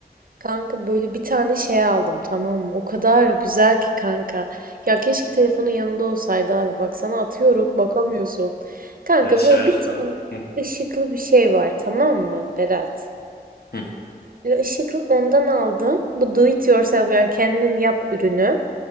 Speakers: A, on the right; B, on the left.
A: Kanka böyle bir tane şey aldım tamam mı? O kadar güzel ki kanka. Ya keşke telefonun yanında olsaydı abi. Bak sana atıyorum bakamıyorsun. Kanka
B: Ya şarjda.
A: böyle bir tane
B: Hı,
A: ışıklı bir şey var tamam mı Berat?
B: hı,
A: Böyle ışıklı ondan aldım. Bu do it yourself yani kendin yap ürünü.